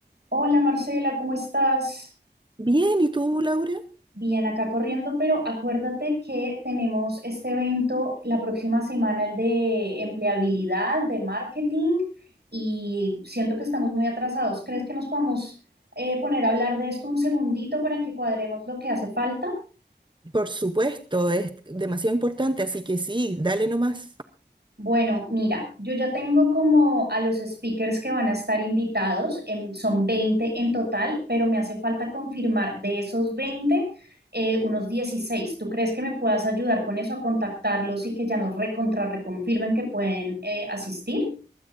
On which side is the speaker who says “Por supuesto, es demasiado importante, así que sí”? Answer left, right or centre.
Right